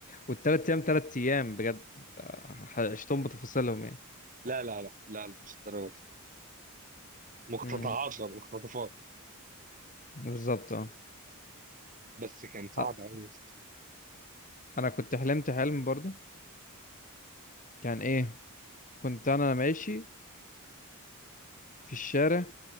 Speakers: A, on the left (about 35°); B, on the right (about 35°).
A: والتلات ايام تلات ايام بجد ح- عشتهم بتفاصيلهم يعني
B: لا لا لا لا لا مش الدرجه دي مقتطعات
A: امم
B: بقى مقتطفات
A: بالظبط اه
B: بس كان صعب
A: آه،
B: قوي يا اسطى
A: انا كنت حلمت حلم برضو كان ايه كنت انا ماشي في الشارع